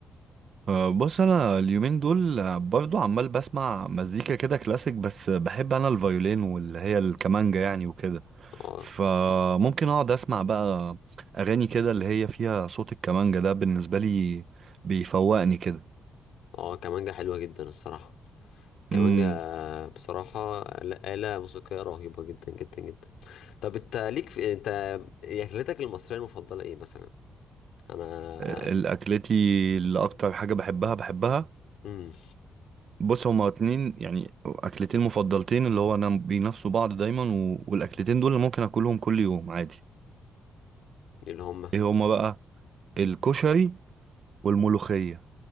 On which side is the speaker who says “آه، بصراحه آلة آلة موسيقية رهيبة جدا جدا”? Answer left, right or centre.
Left